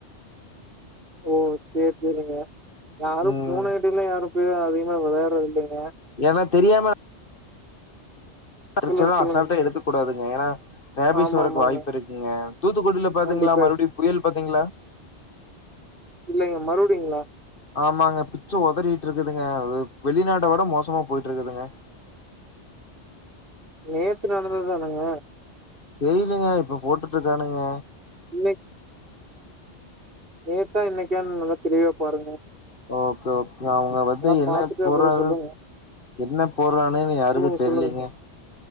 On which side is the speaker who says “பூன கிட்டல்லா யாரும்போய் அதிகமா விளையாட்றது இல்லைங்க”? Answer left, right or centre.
Right